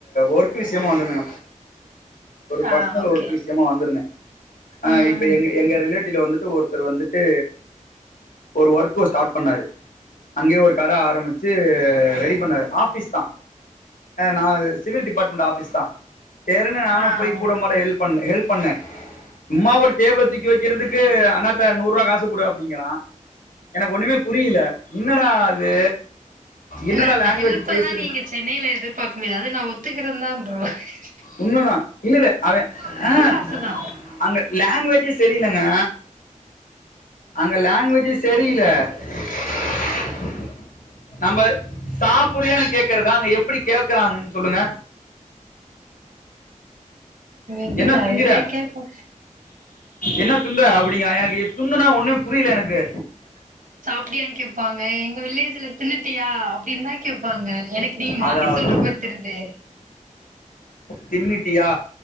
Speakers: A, on the left; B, on the right.
A: ஒர்க் விஷயமா வந்துங்க ஒரு
B: ஆ
A: பர்சனல்
B: ஓகே
A: ஒர்க் விஷயமா வந்திருந்தே அ
B: ம்
A: இப்ப எங்க எங்க ரிலேட் ல வந்துட்டு ஒருத்தர் வந்துட்டு ஒரு வொர்க்கு ஸ்டார்ட் பண்ணாரு அங்கேயே ஒரு கட ஆரம்பிச்சு ரெடி பண்ணாரு ஆபிஸ் தா நா சிவில் டிபார்ட்மெண்ட் ஆபிஸ் தா சேர்ன்னு நானு
B: ஆ
A: போய்
B: ஓகே
A: கூடமாட ஹெல்ப் பண்னே ஹெல்ப் பண்ண சும்மா ஒரு டேபிள தூக்கி வைக்கிறதுக்கு அனாத்த நூரூபா காசு கொடு அப்டிங்கறா எனக்கு ஒண்ணுமே புரியல என்னடா அது என்னடா
B: இல்ல அந்த
A: லாங்குவேஜ்
B: ஹெல்ப்எல்லா
A: பேசுறீங்
B: நீங்க சென்னையில எதிர்பார்க்க முடியாது அது நா ஒத்துக்கிறந்தா அ <inaudible>
A: உண்மதா இல்லல்ல அவ ஆக
B: காசுதா
A: அங்க லாங்குவேஜஸ் தெரியலங்க அங்க லாங்குவேஜ்ஜெ சரியில <inaudible> நம்ம சாப்புர்ரியான்னு கேக்குறதா அங்க எப்படி கேக்குறாங்கன்னு சொல்லுங்க
B: மேபி
A: என்ன
B: நெறைய
A: துங்கிற
B: பேர் கேப்போ
A: என்ன துண்ற அப்டிங்ரா எனக்கு துன்னுனா ஒண்ணுமே புரியல எனக்கு
B: அப்டியான்னு கேட்பாங்க எங்க வில்லேஜ்ல தின்னுட்டியா அப்படின்னு தான் கேப்பாங்க எனக்கு நீங்க மாத்தி
A: அதாவது
B: சொல்றமாரி தெரியது
A: தின்னுட்டியா